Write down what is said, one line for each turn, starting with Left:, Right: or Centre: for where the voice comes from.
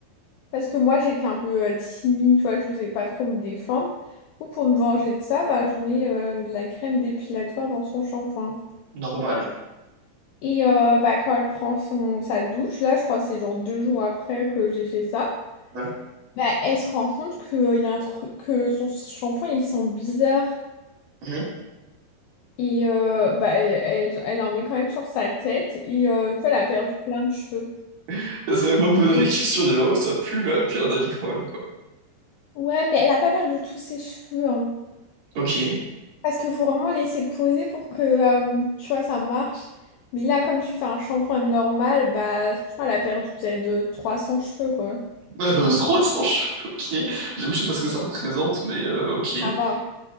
Left: parce que moi, j'étais un peu euh, timide, tu vois, j'osais pas trop me défendre. Du coup, pour me venger de ça, bah, je mets euh, de la crème dépilatoire dans son shampoing.
Right: Normal.
Left: Et euh, bah, quand elle prend son, sa douche, là, je crois que c'est genre deux jours après que j'ai fait ça.
Right: Ouais.
Left: Bah, elle se rend compte que, euh, y a un truc, que son shampoing il sent bizarre
Right: Mm-hmm.
Left: et euh, bah, elle, elle, elle en met quand même sur sa tête et euh, du coup, elle a perdu plein de cheveux.
Right: <laughs> Je savais pas poser la question, j'ai dit, oh, ça pue là, et puis elle en a mis quand même, quoi.
Left: Ouais, mais elle a pas perdu tous ses cheveux hein.
Right: Ok. Ouais,
Left: Parce qu'il faut vraiment laisser poser pour que euh, tu vois ça marche. Mais là, comme tu fais un shampoing normal, bah franchement, elle a perdu peut-être euh, 300 cheveux quoi.
Right: j'en ai 300 cheveux, ok. J'avoue, je sais pas ce que ça représente, mais euh, ok. Et,
Left: Ça va.